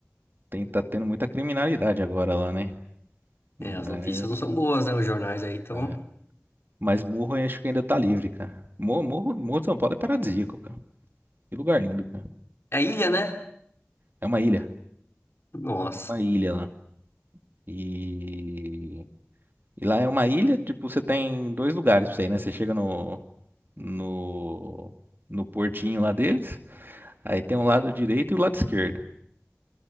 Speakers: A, on the right; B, on the left.
A: tem, tá tendo muita criminalidade agora lá, né? Mas,
B: É, as notícias não são boas, né? Os jornais aí estão.
A: é. Mas Morro eu acho que ainda tá livre, cara. Morro, Morro, Morro de São Paulo é paradisíaco, cara. Que lugar lindo, cara.
B: É A ilha, né?
A: É uma ilha.
B: Nossa.
A: Uma ilha lá. E E lá é uma ilha, tipo, você tem dois lugares pra você ir, né? Você chega no, no, no portinho lá deles, aí tem o lado direito e o lado esquerdo.